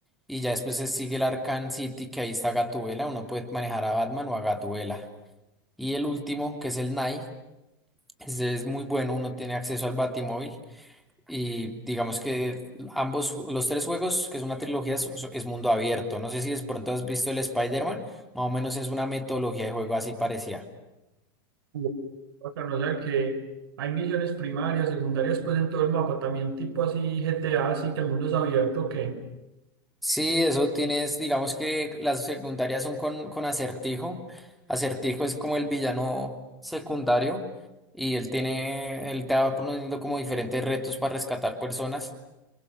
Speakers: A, in the centre; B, on the right.
A: Y ya después se sigue el Arkham City, que ahí está Gatubela. Uno puede manejar a Batman o a Gatubela. Y el último, que es el Night ese es muy bueno, uno tiene acceso al Batimóvil y digamos que ambos, los tres juegos, que es una trilogía, so- so- es mundo abierto. No sé si de pronto has visto el Spider-Man, más o menos es una metodología de juego así parecida.
B: Uh, bacano, o sea que hay misiones primarias, secundarias, pues en todo el mapa, también tipo así GTA, así que el mundo es abierto, que
A: Sí, eso tienes, digamos que las secundarias son con, con Acertijo. Acertijo es como el villano secundario y él tiene, él te va poniendo como diferentes retos para rescatar personas.